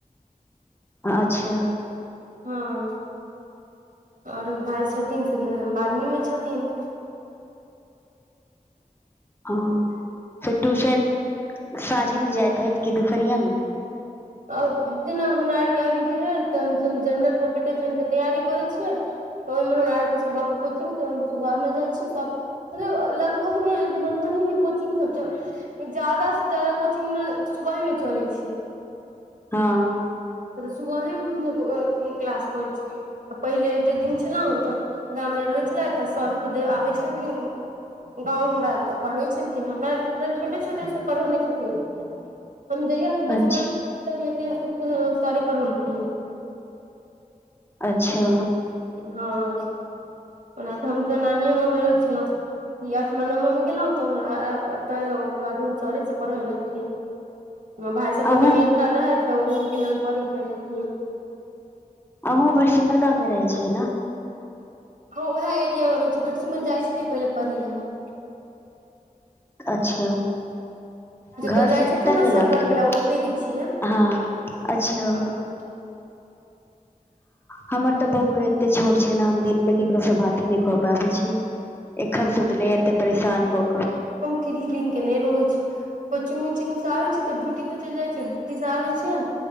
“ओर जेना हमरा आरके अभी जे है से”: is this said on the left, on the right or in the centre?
Right